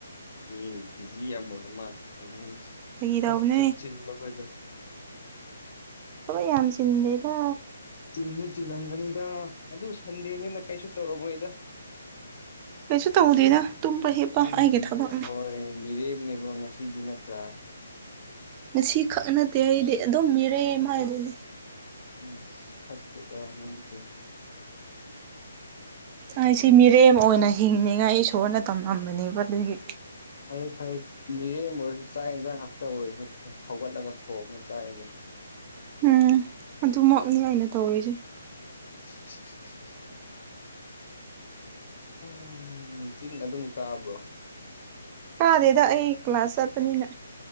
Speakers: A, on the left; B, on the right.
A: ꯃꯤ ꯕꯤꯖꯤ ꯌꯥꯝ ꯑꯣꯢꯕ ꯃꯥꯜꯂꯤꯒꯣ
B: ꯐꯥꯒꯤ
A: ꯊꯕꯛ
B: ꯇꯧꯕꯅꯦ
A: ꯌꯥꯝ ꯆꯤꯟꯕꯒ ꯑꯣꯏꯗꯕ
B: ꯊꯕꯛ ꯌꯥꯝ ꯆꯤꯟꯗꯦꯗ
A: ꯆꯤꯟꯁꯨ ꯆꯤꯡꯉꯝꯒꯅꯤꯗ ꯑꯗꯨ ꯁꯟꯗꯦꯅꯤꯅ ꯀꯩꯁꯨ ꯇꯧꯔꯝꯃꯣꯏꯗ
B: ꯀꯩꯁꯨ ꯇꯧꯗꯦꯗ ꯇꯨꯝꯕ ꯍꯤꯞꯄ
A: ꯎꯝ
B: ꯑꯩꯒꯤ ꯊꯕꯛꯅꯤ
A: ꯍꯣꯏ ꯃꯤꯔꯦꯝꯅꯦꯕ ꯉꯁꯤꯗꯤ ꯅꯠꯇ꯭ꯔꯥ
B: ꯉꯁꯤ ꯈꯛ ꯅꯠꯇꯦ ꯑꯩꯗꯤ ꯑꯗꯨꯝ ꯃꯤꯔꯦꯝ ꯍꯥꯏꯗꯨꯅꯤ
A: ꯎꯝ ꯐꯠꯇꯦꯗ ꯅꯪꯒꯤꯗꯨ
B: ꯑꯩ ꯁꯤ ꯃꯤꯔꯦꯝ ꯑꯣꯏꯅ ꯍꯤꯡꯅꯤꯡꯉꯥꯏ ꯏꯁꯣꯔꯅ ꯇꯝꯂꯝꯕꯅꯦꯕ ꯑꯗꯨꯒꯤ
A: ꯐꯩ ꯐꯩ ꯃꯤꯔꯦꯝ ꯑꯣꯏꯔꯁꯨ ꯆꯥꯛ ꯌꯦꯟꯁꯥꯡ ꯉꯥꯛꯇ ꯑꯣꯏꯔꯁꯨ ꯊꯣꯡꯒꯠꯂꯒ ꯊꯣꯛꯉ ꯆꯥꯏꯅꯦ
B: ꯎꯝ ꯑꯗꯨꯃꯛꯅꯤ ꯑꯩꯅ ꯇꯧꯔꯤꯁꯦ
A: ꯎꯝ <unintelligible> ꯎꯝ ꯆꯤꯡꯗ ꯑꯗꯨꯝ ꯀꯥꯕ꯭ꯔꯣ
B: ꯀꯥꯗꯦꯗ ꯑꯩ ꯀ꯭ꯂꯥꯁ ꯆꯠꯄꯅꯤꯅ